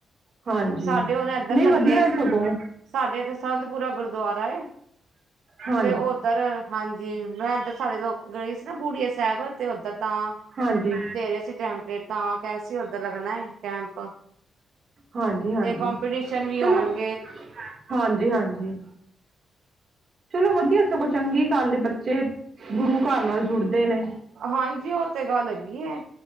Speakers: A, on the right (about 40°); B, on the right (about 80°).
A: ਹਾਂਜੀ,
B: ਸਾਡੇ ਹੁਣ ਇੱਧਰ
A: ਨਹੀਂ
B: ਲੱਗੀ
A: ਵਧੀਆ
B: ਆ
A: ਸਗੋਂ
B: ਸਾਡੇ ਇੱਥੇ ਸੰਤਪੁਰਾ ਗੁਰਦਆਰਾ ਏ
A: ਹਾਂ।
B: ਤੇ ਉੱਧਰ ਹਾਂਜੀ ਮੈਂ ਇੱਧਰ ਸਾਡੇ ਲੋਕ ਗਈ ਸੀ ਨਾ ਬੂੜੀਏ ਸਾਹਿਬ, ਤੇ ਉੱਧਰ ਤਾਂ
A: ਹਾਂਜੀ।
B: ਦੇ ਰਹੇ ਸੀ ਟੈਂਪਲੇਟ ਤਾਂ ਕਹਿ ਸੀ ਉਧਰ ਲਗਣਾ ਹੈ ਕੈਂਪ
A: ਹਾਂਜੀ ਹਾਂਜੀ
B: ਤੇ ਕਪੀਟੀਸ਼ਨ ਵੀ
A: ਚਲੋ
B: ਹੋਉਣਗੇ-
A: ਹਾਂਜੀ- ਹਾਂਜੀ। ਚਲੋ ਵਧੀਆ ਸਗੋ ਚੰਗੀ ਗੱਲ ਏ ਬੱਚੇ ਗੁਰੂ ਘਰ ਨਾਲ ਜੁੜਦੇ ਨੇ।
B: ਹਾਂਜੀ ਉਹ ਤੇ ਗੱਲ ਹੈਗੀ ਹੈ।